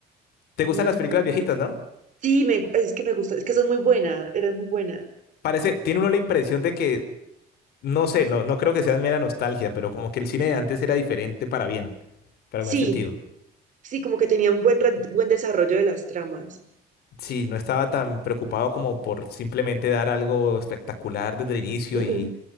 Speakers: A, on the left; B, on the right.
A: ¿Te gustan
B: Mm,
A: las películas viejitas, no?
B: sí, me, es que me gusta, es que son muy buenas, eran muy buenas.
A: Parece, tiene uno la impresión de que, no sé, no, no creo que sea mera nostalgia, pero como que el cine de antes era diferente para bien, para
B: Sí,
A: buen sentido.
B: sí, como que tenían buen, re- buen desarrollo de las tramas.
A: Sí, no estaba tan preocupado como por simplemente dar algo espectacular desde el inicio
B: Mm,
A: y,
B: mm.